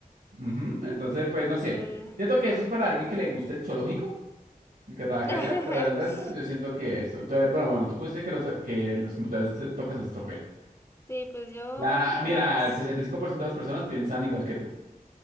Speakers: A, on the right; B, on the left.
A: ujú, Entonces, pues no sé.
B: Yo- yo-
A: Siento que eso es para alguien que le guste el zoológico. que trabajé
B: <laughs>
A: allá, pero el resto yo siento que esto. Entonces, bueno, bueno, tú pusiste que los, que los computadores te tocan se estropean.
B: Sí, pues yo
A: La,
B: fui
A: mira,
B: más...
A: el 65% de las personas piensan igual que tú.